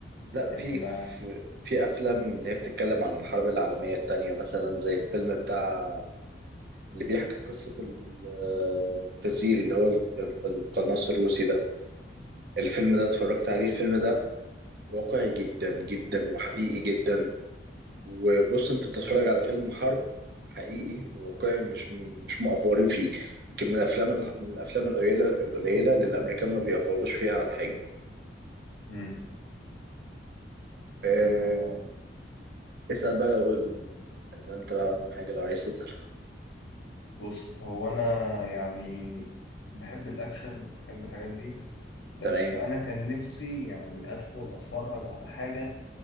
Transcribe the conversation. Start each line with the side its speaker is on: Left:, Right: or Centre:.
Right: لا
Left: يعني
Right: في
Left: ف
Right: في في افلام اللي هي بتتكلم عن الحرب العالميه الثانيه مثلا زي الفيلم بتاع اللي بيحكي قصه الفسيل اللي هو ال- ال- القناص الروسي ده الفيلم ده اتفرجت عليه الفيلم ده واقعي جدا جدا وحقيقي جدا وبص انت بتتفرج على فيلم حرب حقيقي وواقعي مش مش مأفورين فيه يمكن من الافلام الح- من الافلام القليله القليله اللي الامريكان ما بيأفوروش فيها على حاجه
Left: مم.
Right: أه
Left: طب آه،
Right: اسأل بقى لو اذا انت عن حاجه لو عايز تسأل
Left: بص هو انا يعني بحب الاكشن بحب الحاجات دي بس
Right: تمام
Left: أنا كان نفسي يعني أدخل أتفرج على حاجة